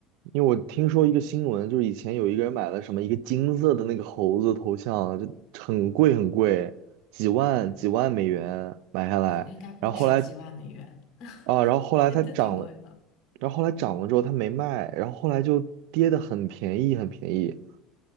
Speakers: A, on the right; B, on the left.
A: 因为我听说一个新闻，就是以前有一个人买了什么一个金色的那个猴子头像，就很贵很贵，几万几万美元买下来，
B: 哦，应该不值几万美元，
A: 然后后来啊，然后后来它涨了，
B: 那个真挺贵的。
A: 然后后来涨了之后它没卖，然后后来就跌得很便宜很便宜，